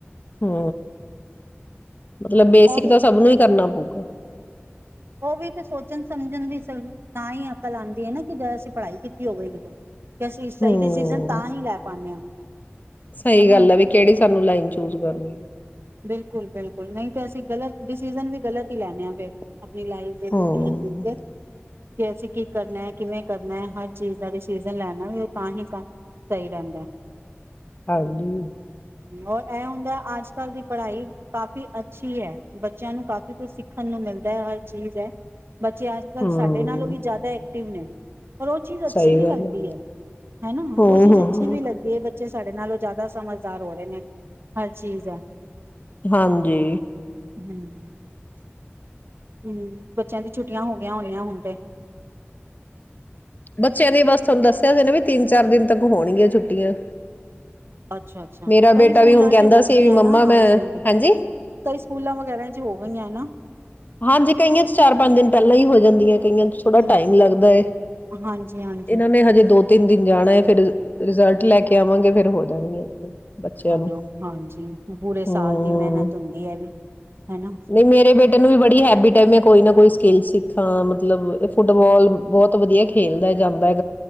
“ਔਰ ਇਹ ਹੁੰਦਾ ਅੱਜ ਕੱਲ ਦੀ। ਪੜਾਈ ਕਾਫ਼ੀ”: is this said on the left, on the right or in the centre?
Right